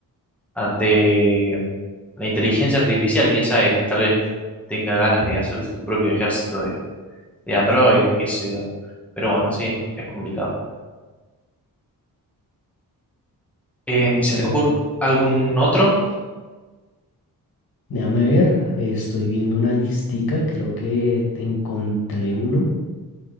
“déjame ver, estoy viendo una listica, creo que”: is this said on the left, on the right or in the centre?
Left